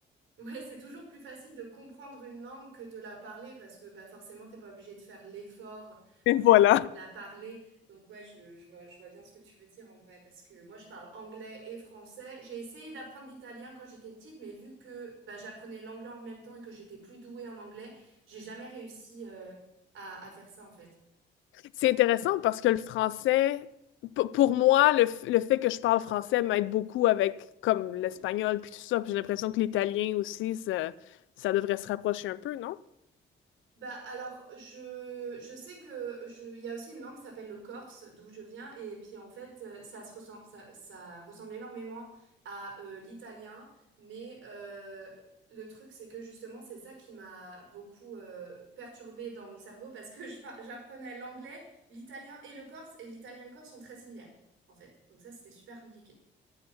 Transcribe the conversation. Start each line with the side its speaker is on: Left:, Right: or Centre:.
Right: Ouais, c'est toujours plus facile de comprendre une langue que de la parler parce que bah, forcément, t'es pas obligé de faire l'effort
Left: Et
Right: de
Left: voilà.
Right: la parler. Donc ouais, je, je vois, je vois bien ce que tu veux dire en vrai parce que moi, je parle anglais et français. J'ai essayé d'apprendre l'italien quand j'étais petite, mais vu que bah, j'apprenais l'anglais en même temps et que j'étais plus douée en anglais, j'ai jamais réussi euh, à, à faire ça en fait.
Left: C'est intéressant parce que le français, p- pour moi, le, f- le fait que je parle français m'aide beaucoup avec comme l'espagnol puis tout ça. Puis j'ai l'impression que l'italien aussi, ça, ça devrait se rapprocher un peu, non?
Right: Bah alors, je, je sais que je, il y a aussi une langue qui s'appelle le corse, d'où je viens, et puis en fait, euh, ça se ressemble, ça, ça ressemble énormément à euh, l'italien, mais euh, le truc, c'est que justement, c'est ça qui m'a beaucoup euh, perturbée dans mon cerveau parce que je par- j'apprenais l'anglais, l'italien et le corse, et l'italien et le corse sont très similaires, en fait. Donc ça, c'était super compliqué.